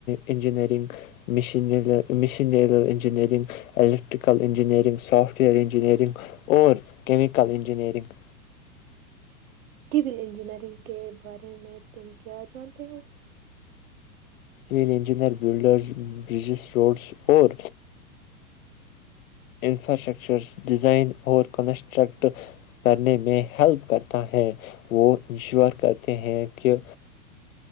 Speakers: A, on the left; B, on the right.
A: انجینئرنگ مین mechanical engineering electrical engineering software engineering اور کیمیکل انجینئرنگ
B: کییول انجینئرنگ کے بارے میں تم کیا جانتے ہو
A: civil engineer builders bridges roads اور انفراسٹرکچر ڈیزائن اور کنسٹرکٹ کرنے میں ہیلپ کرتا ہے وہ انشور کرتے ہیں کہ